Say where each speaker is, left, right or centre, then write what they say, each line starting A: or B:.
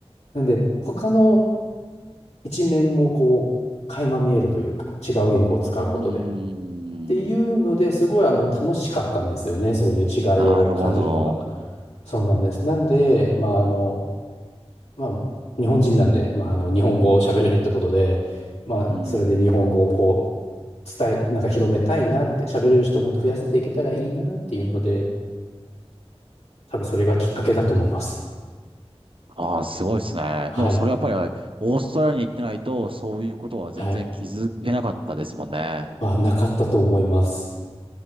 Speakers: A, on the left (about 85°); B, on the right (about 55°).
A: なんで、他の一面もこう、垣間見えるというか、違う言語を使うことで。
B: うーん。
A: っていうので、すごいあの、楽しかったんですよね。そういう違いを感じるのが。
B: なるほど。
A: そうなんです。なんで、まあ、あの、まあ、日本人なんで、まあ、あの、日本語を喋れるってことで、まあ、
B: うん。
A: それで日本語をこう、伝え、なんか広めたいなって、喋れる人をもっと増やせていけたらいいなっていうので、多分それがきっかけだと思います。
B: ああ、すごいですね。
A: はい。
B: でもそれやっぱり、オーストラリアに行ってないと、そういうことは全然気づけなかったですもんね。
A: はい。は、なかったと思います。